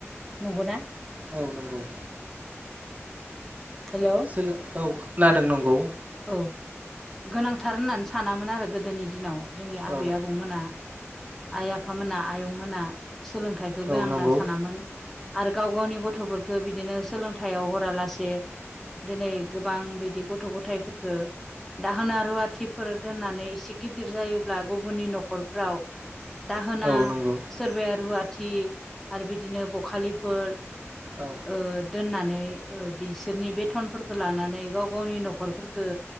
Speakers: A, in the centre; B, on the right.
A: नंगौना
B: औ नंगौ
A: हेल'
B: <unintelligible> औ खोनादों नंगौ
A: औ गोनांथार होननानै सानामोन आरो गोदोनि दिनाव जोंनि आबै
B: औ
A: आबौमोना। आइ आफामोना, आयं मोना सोलोंथाइखौ
B: औ
A: गोनां
B: नंगौ
A: होननानै सानामोन। आरो गाव गावनि गथ'फोरखौ बिदिनो सोलोंथाइयाव हरालासे दिनै गोबां बिदि गथ' गथाय फोरखो दाहोना रुवाथिफोर दोननानै एसे गिदिर जायोब्ला गुबुननि न'खर फ्राव दाहोना
B: औ नंगौ
A: सोरबाया रुवाथि आरो बिदिनो बखालिफोर
B: औ
A: ओ दोननानै ओ बिसोरनि बेथनफोरखौ लानानै गाव गावनि न'खरफोर खो